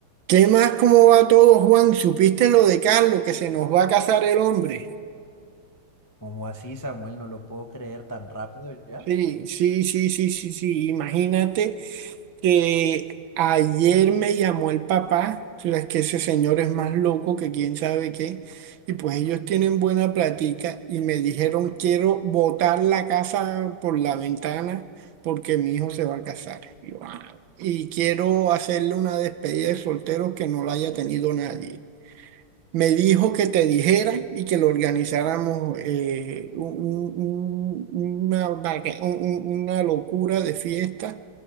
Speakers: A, on the right; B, on the left.
A: ¿Qué más? ¿Cómo va todo, Juan? ¿Supiste lo de Carlos, que se nos va a casar el hombre?
B: ¿Cómo así, Samuel? No lo puedo creer tan rápido ya.
A: Sí, sí, sí, sí, sí, sí. Imagínate que ayer me llamó el papá, o sea, es que ese señor es más loco que quién sabe qué, y pues ellos tienen buena platica y me dijeron, quiero botar la casa por la ventana porque mi hijo se va a casar. Y, yo, "Ah". Y quiero hacerle una despedida de solteros que no la haya tenido nadie. me dijo que te dijera y que lo organizáramos eh, un- un- un- una, vaca- un- un- una locura de fiesta